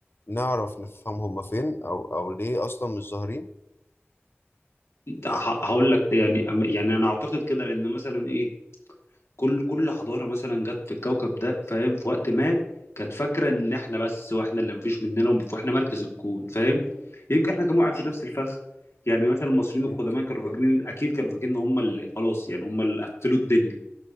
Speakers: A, on the left; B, on the left.
A: نعرف نفهم هما فين أو أو ليه أصلا مش ظاهرين
B: ه- هقول لك يعني أم- يعني انا اعتقد كده لان مثلا ايه كل كل حضاره مثلا جت في الكوكب ده فاهم في وقت ما كانت فاكره ان احنا بس واحنا اللي مفيش مننا ومف- واحنا مركز الكون فاهم يمكن احنا كمان قاعدين في نفس الفخ يعني مثلا المصريين القدماء
A: مم.
B: كانوا فاكرين اكيد كانوا فاكرين ان هم اللي خلاص يعني هم اللي قفلوا الدنيا